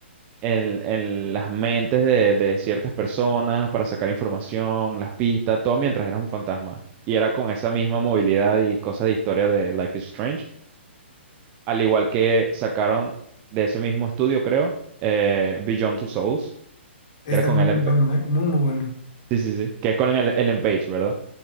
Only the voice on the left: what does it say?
Está
muy
bueno,
¿eh? Muy, muy bueno.